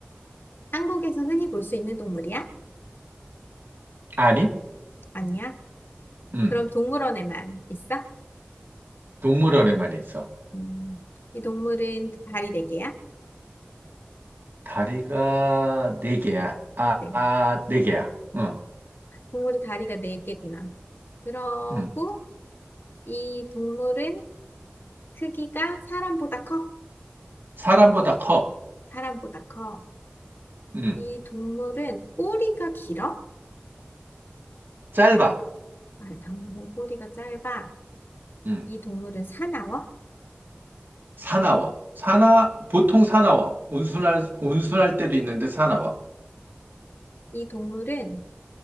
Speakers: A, on the left; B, on the right.
A: 한국에서 흔히 볼 수 있는 동물이야?
B: 아니?
A: 아니야?
B: 음
A: 그럼 동물원에만 있어?
B: 동물원에만 있어.
A: 음, 이 동물은 다리 네 개야?
B: 다리가 네 개야. 아,
A: 네.
B: 아, 네 개야. 응,
A: 동물이 다리가 네 개구나. 그러고
B: 응.
A: 이 동물은 크기가 사람보다 커?
B: 사람보다 커.
A: 사람보다 커.
B: 응.
A: 이 동물은 꼬리가 길어?
B: 짧아.
A: 아, 동물은 꼬리가 짧아.
B: 응.
A: 이 동물은 사나워?
B: 사나워. 사나, 보통 사나워. 온순할, 온순할 때도 있는데 사나워.
A: 이 동물은